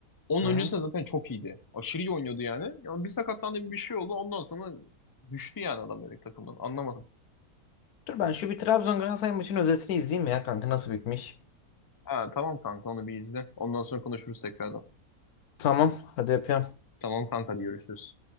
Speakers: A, on the left; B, on the left.
A: Onun
B: Hı hı.
A: öncesinde zaten çok iyiydi. Aşırı iyi oynuyordu yani. Ya bir sakatlandı bir bir şey oldu. Ondan sonra düştü yani adam direkt takımdan. Anlamadım.
B: Dur ben şu bir Trabzon Galatasaray maçının özetini izleyeyim ya kanka nasıl bitmiş.
A: Ha, tamam kanka onu bir izle. Ondan sonra konuşuruz tekrardan.
B: Tamam hadi yapıyorum.
A: Tamam kanka hadi görüşürüz.